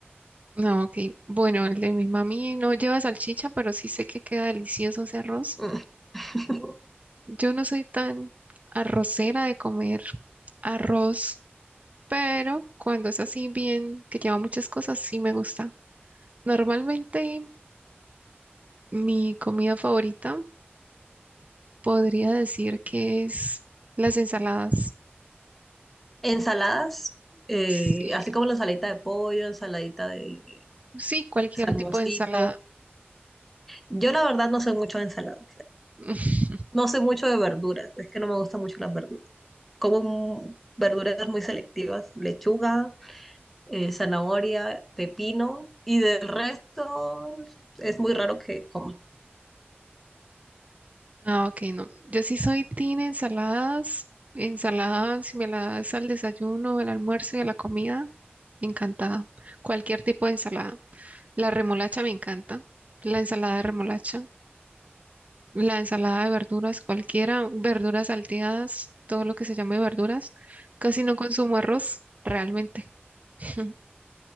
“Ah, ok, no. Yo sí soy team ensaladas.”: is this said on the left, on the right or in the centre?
Right